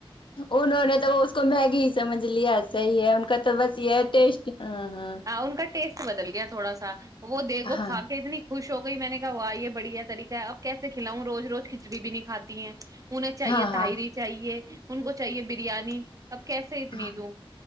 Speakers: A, on the left; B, on the right.
A: انہوں نے تو اس کو میگی ہی سمجھ لیا صحیح ہے ان کا تو بس یہ ہے ٹیسٹ ہاں ہاں
B: ہ انن کا ٹیسٹ بدل گیا تھوڑا سا وہ دیکھو
A: ہاں
B: کا کے اتنی خوش شو گ ہی میں نے کہا وہا یہ بڑھیا طریقہ ہے اب کیسے کھلاؤں روز روز کھچڑی بھی نہیں کاتی ہیں انہیں چاہیے
A: ہاں ہاں
B: تاہری چاہیے ان کو چاہیے بریانی اب کیسے اتنی
A: ہاں
B: دوں